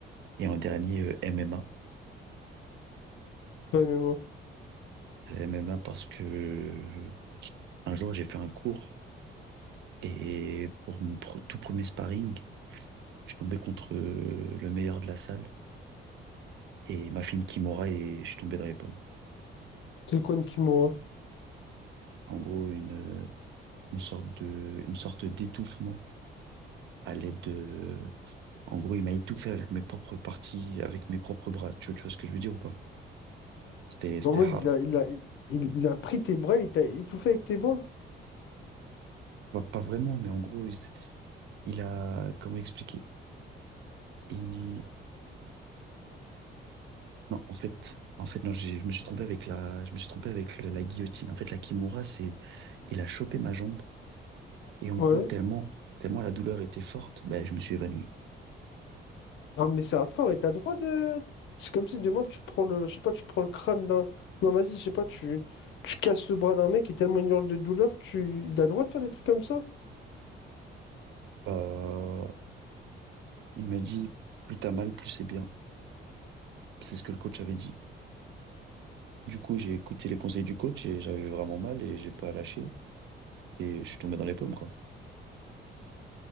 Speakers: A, on the right (about 65°); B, on the left (about 70°).
A: Et en dernier, euh, MMA.
B: toi et moi.
A: Euh, MMA parce que euh, un jour, j'ai fait un cours et pour mon pr- tout premier sparring, je suis tombé contre euh, le meilleur de la salle et il m'a fait une kimura et je suis tombé dans les pommes.
B: C'est quoi une kimura?
A: En gros, une, euh, une sorte de, une sorte d'étouffement à l'aide de... En gros, il m'a étouffé avec mes propres parties, avec mes propres bras. Tu, vois tu vois ce que je veux dire ou pas? C'était,
B: En
A: c'était
B: mode,
A: hard.
B: il a, il a, il, il a pris tes bras, il t'a étouffé avec tes bras?
A: Pas, pas vraiment, mais en gros, il, il a... Comment expliquer? Il... Non, en fait, en fait, non, j'ai- je me suis trompé avec la, je me suis trompé avec le- la guillotine. En fait, la kimura, c'est... Il a chopé ma jambe et en gros,
B: Ouais.
A: tellement, tellement la douleur était forte, ben, je me suis évanoui.
B: Ah, mais c'est hardcore et t'as le droit de. C'est comme si demain tu prends le. Je sais pas, tu prends le crâne d'un. Non, vas-y, je sais pas, tu... tu casses le bras d'un mec et tellement il hurle de douleur, tu. Il a le droit de faire des trucs comme ça?
A: Euh, il m'a dit, plus t'as mal, plus c'est bien. C'est ce que le coach avait dit. Du coup, j'ai écouté les conseils du coach et j'avais vraiment mal et j'ai pas lâché. et je suis tombé dans les pommes, quoi.